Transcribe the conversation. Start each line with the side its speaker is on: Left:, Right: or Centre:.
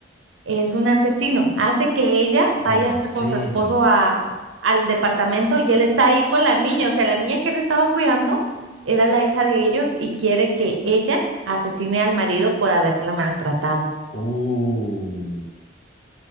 Right: es un asesino. Hace que ella vaya
Left: En serio.
Right: con su esposo a, al departamento y él está ahí con la niña. O sea, la niña que él estaba cuidando era la hija de ellos y quiere que ella asesine al marido por haberla maltratado.
Left: Oh,